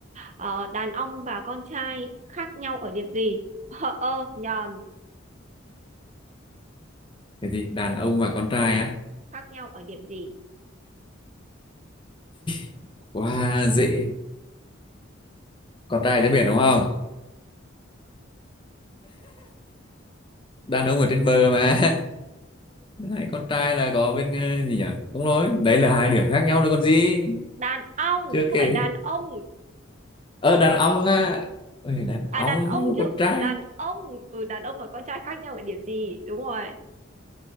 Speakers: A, on the right; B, on the left.
A: Ờ, đàn ông và con trai khác nhau ở điểm gì? Ờ, ơ, nhờn,
B: Thế thì đàn ông và con trai á.
A: khác nhau ở điểm gì?
B: <laughs> Quá dễ. Con trai trên biển đúng không? Đàn ông ở trên bờ mà. <laughs> Đấy, con trai là có bên ờ, gì nhỉ? Đúng rồi, đấy là hai điểm khác nhau đấy còn gì.
A: Đàn ông,
B: Chưa
A: không
B: kể
A: phải đàn ông.
B: ờ đàn ông á Ôi, đàn
A: À,
B: ông
A: đàn ông
B: với
A: chứ.
B: con trai
A: Đàn ông. Ừ, đàn ông và con trai khác nhau ở điểm gì? Đúng rồi.